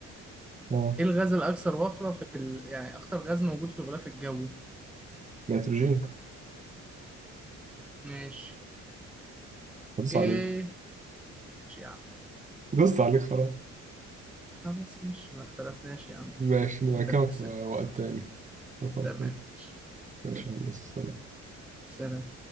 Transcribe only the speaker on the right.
آه
نيتروجين
هدوس
عليك
دوست عليك خلاص
ماشي نبقى
كمان
في وقت تاني في وقت
تاني
ماشي يا هندسة سلام.